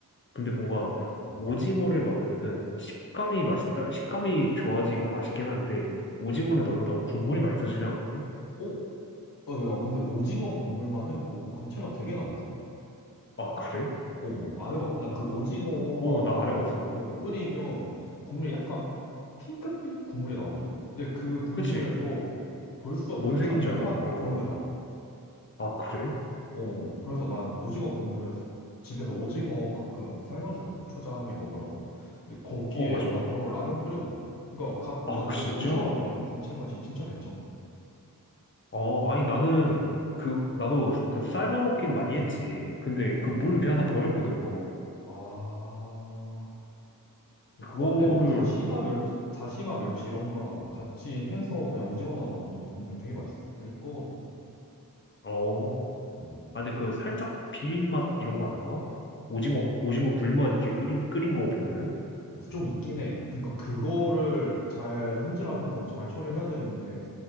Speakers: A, on the left; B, on the left.
A: 근데 뭔가
B: 어? 응,
A: 오징어를 넣으면은 식감이 맛있다, 식감이 좋아지고 맛있긴 한데 오징어를
B: 응.
A: 넣는다고 국물이 맛있어지지 않거든?
B: 어? 어, 야, 근데 오징어 국물만 해도 감칠맛 되게 나거든?
A: 아, 그래?
B: 오, 안 해봤구나. 그 오징어만
A: 어, 나 안 해봤어.
B: 넣고 끓이면 국물이 약간 핑크빛 국물이 나오거든? 근데 그 국물에서
A: 그치?
B: 벌써
A: 뭔
B: 그
A: 색인
B: 짬뽕
A: 줄 알아.
B: 맛
A: 어.
B: 그런 게 나.
A: 아, 그래?
B: 어, 그래서 난 오징어 국물에서 집에서 오징어 가끔 삶아주거든? 초장에 먹으라고. 근데 거기에
A: 어, 맞아.
B: 난 바로 라면 끓여 먹어. 그러니까 가 국이
A: 아,
B: 안
A: 그
B: 들어가도
A: 진짜?
B: 오징어만 들어가도 감칠맛이 진짜 괜찮거든.
A: 아, 아니 나는 그, 나도 그 삶아 먹긴 많이 했지. 근데 그 물
B: 음.
A: 그냥 다 버렸거든, 그거.
B: 아,
A: 그거를,
B: 그런데 막 다시다 멸치, 다시마 멸치 이런 거랑 같이 해서 그냥 오징어만 넣어도 국물 되게 맛있을 거거든?
A: 어. 아,
B: 음.
A: 근데 그 살짝 비린 맛 이런 거 안 나나?
B: 어,
A: 오징어, 오징어 물만 이렇게 끓인, 끓인 거 보면은?
B: 근데 좀 있긴 해. 그러니까 그거를 잘 손질하면서 잘 처리해야 되는데,